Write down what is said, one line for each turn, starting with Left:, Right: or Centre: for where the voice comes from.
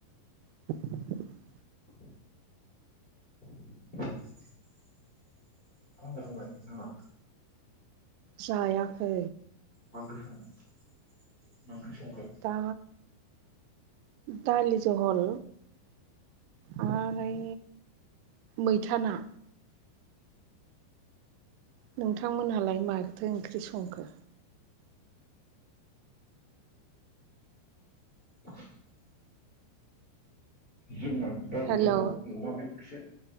Right: <inaudible>
Left: <inaudible> ओंखाम जाखांबाय नोंथाङा।
Right: जायाखै।
Left: मा ओंख्रि संदों मा ओंख्रि संखो।
Right: दा दालि जहल। आनै मैथाना। नोंथांमोनहालाय माखोथो ओंख्रि संखो?
Left: <inaudible> जोंना दालि
Right: हेल'
Left: जगल अमा बेदरसो।